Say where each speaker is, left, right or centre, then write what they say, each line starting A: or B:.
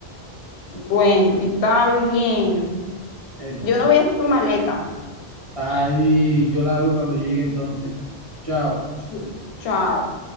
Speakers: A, on the left; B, on the right.
A: Bueno, está bien.
B: Eh, no,
A: Yo
B: pues,
A: no voy a hacer tu maleta.
B: ahí yo la hago cuando llegue entonces. Chao.
A: Sí. Chao.